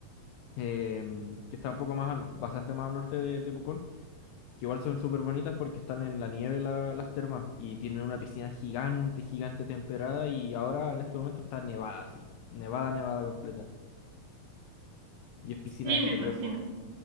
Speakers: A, on the left (about 85°); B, on the right (about 60°).
A: em, que está un poco más, al- bastante más al norte de, de Pucón, que igual son súper bonitas porque están en la nieve la- las termas y tienen una piscina gigante, gigante temperada y ahora en este momento está nevada, sí. Nevada, nevada completa. Y es piscina
B: sí,
A: de exterior.
B: me imagino.